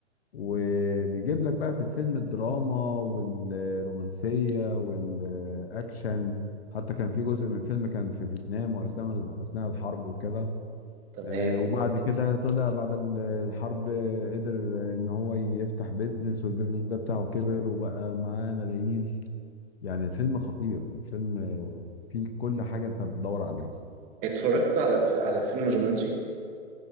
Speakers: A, on the left (about 60°); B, on the right (about 20°).
A: وبيجيب لك بقى في الفيلم الدراما والرومانسية والأكشن حتى كان في جزء من الفيلم كان في فيتنام وأثناء أثناء الحرب وكده
B: تمام
A: آه، وبعد كده طلع بعد ال- الحرب آه، قدر آه، إن هو يفتح بيزنس والبيزنس ده بتاعه كبر وبقى معاه ملايين يعني الفيلم خطير الفيلم آه، فيه كل حاجة أنت بتدور عليها
B: اتفرجت على ف... على فيلم جومانجي